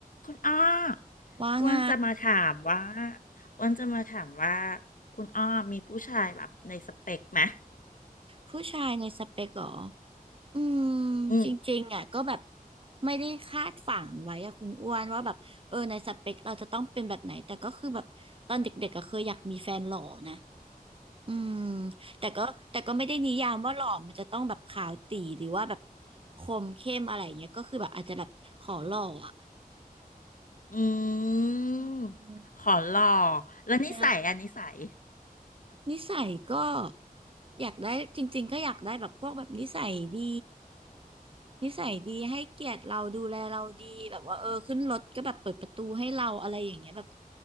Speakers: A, on the left (about 60°); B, on the right (about 35°).
A: คุณอ้อ
B: ว่าไง
A: อ้วนจะมาถามว่าอ้วนจะมาถามว่าคุณอ้อมีผู้ชายแบบในสเปคไหม
B: ผู้ชายในสเปกเหรออืม
A: อืม
B: จริงๆอ่ะก็แบบไม่ได้คาดฝังไว้อะคุณอ้วนว่าแบบเออในสเปคเราจะต้องเป็นแบบไหนแต่ก็คือแบบตอนเด็กๆก็เคยอยากมีแฟนหล่อนะอืมแต่ก็แต่ก็ไม่ได้นิยามว่าหล่อมันจะต้องแบบขาวตี๋หรือว่าแบบคมเข้มอะไรอย่างเงี้ยก็คือแบบอาจจะแบบขอหล่ออ่ะ
A: อืม
B: อืม
A: ขอหล่อแล้วนิสัยอันนิสัย
B: ใช่ นิสัยก็อยากได้จริงๆก็อยากได้แบบพวกแบบนิสัยดีนิสัยดีให้เกียรติเราดูแลเราดีแบบว่าเออขึ้นรถก็แบบเปิดประตูให้เราอะไรอย่างเงี้ยแบบ